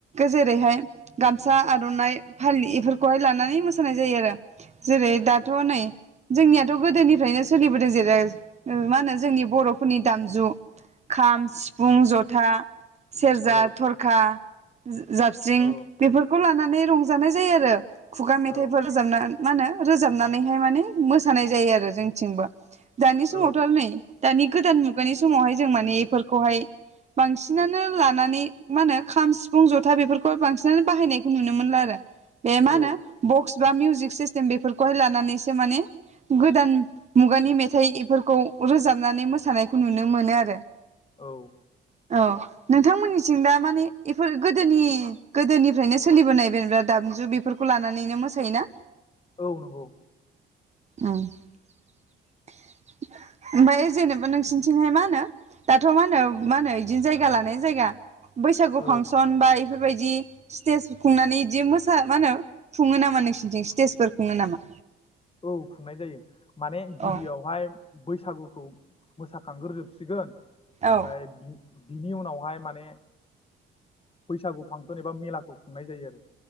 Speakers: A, on the right; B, on the left.
A: जेरैहाय गामसा आर'नाइ फालि बेफोरखौहाय लानानै मोसानाय जायो आरो। जेरै दाथ' नै जोंनिया। गोदोनिफ्रायनो सोलिबोदों जेरै मा होनो जोंनि बर'फोरनि दामजु। खाम सिफुं जथा जथा। सेरजा
B: औ नंगौ औ
A: थरखा जाबस्रिं
B: औ
A: बेफोरखौ लानानै - नानै रंजानाय जायो आरो खुगा मेथाइफोर
B: औ
A: रोजाबना मा होनो रोजाबनानैहाय माने मो सानाय जायो आरो जोंनिथिंबो दानि समावथ'
B: औ
A: आरो नै दानि गोदान मुगानि समावहाय जों माने बेफोरखौहाय बांसिनानो लानानै मा होनो खाम सिफुं जथा बेफोरखौाय बांसिनानो बाहायनायखौ नुनो मोनला आरो बे मा
B: औ
A: होनो बक्स बा मिउजिक सिस्टेम बेफोरखौहाय लानानैसो माने गोदान मुगानि मेथाइ बेफोरखौ रोजाबनानै मोसानायखौ नुनो मोनो आरो।
B: औ
A: औ नोंथांमोननिथिं दा माने बेफोर गोदोनि गोदोनिफ्रायनो सोलिबोनाय बेेनेबा दामजु बेफोरखौ लानानैनो मोसायोना?
B: औ नंगौ।
A: औ ओमफ्राय जेनेबा नोंसिनिथिंहाय मा होनो दाथ मा होनो मा होनो बिदिनो जायगा लानाय जायगा बैसागु
B: औ
A: फांसन बा बेफोरबायदि स्टेज खुंनानै बिदि मोसा मा होनो खुङो नामा नोंसोरनिथिं स्टेजफोर खुङो नामा?
B: औ खुंनाय जायो। माने गिबियावहाय
A: औ
B: बैसागुखौ मोसाखांग्रोजोबसिगोन ओमफ्राय
A: औ
B: बिनि उनावहाय माने बैसागु फांसन एबा मेलाखौ खुंनाय जायो आरो।